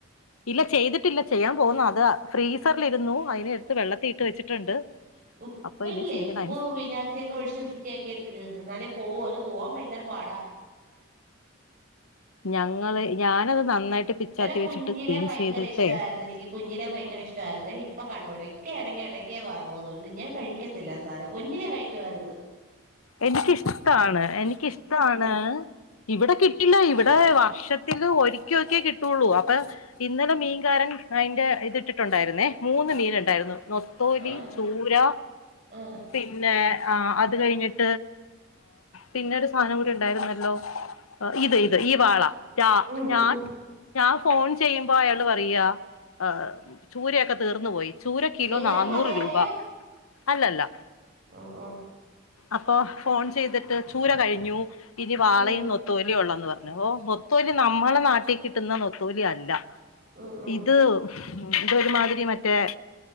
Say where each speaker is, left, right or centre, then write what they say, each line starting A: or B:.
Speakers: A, on the left; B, on the right.
A: ഇല്ല ചെയ്തിട്ടില്ല ചെയ്യാൻ പോവുന്നു അത ഫ്രീസറിലിരുന്നു അതിനെ എടുത്ത് വെള്ളത്തി ഇട്ട് വെച്ചിട്ടുണ്ട്
B: ഉപ്പില്ലേ
A: അപ്പൊ ഇനി ചെയ്യണം
B: ഉപ്പും
A: അതിന്
B: വിനാഗിരിയും ഒക്കെ ഒഴിച്ച് വൃത്തിയാക്കി എടുക്ക് എന്നാലേ പോവൂ അത് പോവാൻ ഭയങ്കര പാടാ
A: ഞങ്ങള് ഞാനത് നന്നായിട്ട് പിച്ചാത്തി
B: എറെ കുഞ്ഞിലെ
A: വെച്ചിട്ട് ക്ലീൻ
B: ഭയങ്കര
A: ചെയ്തിട്ടേ
B: ഇഷ്ടമായിരുന്നു എനിക്ക് കുഞ്ഞിലെ ഭയങ്കര ഇഷ്ടമായിരേ ഇപ്പൊ കണ്ടൂട ഇക്കെ ആണെങ്കി ഇടക്കേ വാങ്ങു അതുകൊണ്ട് ഞാൻ കഴി ക്കത്തില്ല സാധനം കുഞ്ഞിലേ കഴിക്കുവായിരുന്ന്
A: എനിക്കിഷ്ടാണ് എനിക്കിഷ്ടാണ് ഇവിടെ കിട്ടില്ല ഇവിടെ വർഷത്തില് ഒരിക്കലൊക്കേ കിട്ടുള്ളൂ അപ്പൊ ഇന്നലെ മീൻകാരൻ അതിന്റെ ഇത്ട്ടിട്ടുണ്ടായിരുന്നേ മൂന്ന് മീൻ ഉണ്ടായിരുന്നു നോ നത്തോലി
B: ആ
A: ചൂര
B: ആ
A: പിന്നെ അത് കഴിഞ്ഞിട്ട് പിന്നെരു സാധനം കൂടി ഉണ്ടായിരുന്നല്ലോ ഇത് ഈ വാള
B: ഉം
A: രാ
B: ഉം
A: <inaudible> ഞാൻ ഫോൺ ചെയ്യുമ്പോ അയാള് പറയാ ഏ ചൂരയൊക്കെ തീർന്നു പോയി ചൂര കിലോ
B: മീൻകാരൻ
A: നാന്നൂറ്
B: മലയാളിയാ
A: രൂപ അല്ലല്ല
B: ഓ ഓ
A: അപ്പോ. ഫോൺ ചെയ്തിട്ട് ചൂര കഴിഞ്ഞു ഇനി വാളയും
B: ഉം
A: നൊ. ത്തോലിള്ളന്ന് പറഞ്ഞു ഓ. നൊത്തോലി നമ്മളെ നാട്ടി കിട്ടുന്ന നൊത്തോലി അല്ല..
B: ഉം ഉം
A: ഇത്. ഹ്മ്. ഇതൊരുമാതിരി മറ്റേ..